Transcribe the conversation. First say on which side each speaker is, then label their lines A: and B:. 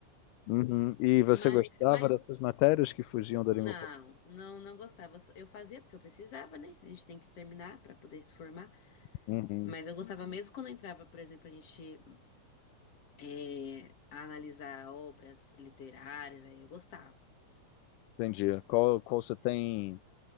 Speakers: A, on the left (about 85°); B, on the left (about 50°).
A: Uhum. E você
B: Mas,
A: gostava
B: mas
A: dessas matérias que fugiam da
B: não,
A: língua portuguesa?
B: não, não gostava. Eu só- eu fazia porque eu precisava, né? A gente tem que terminar para poder se formar.
A: Uhum.
B: Mas eu gostava mesmo quando eu entrava, por exemplo, a gente. é, a analisar obras literárias, aí eu gostava.
A: Entendi. Qual, qual você tem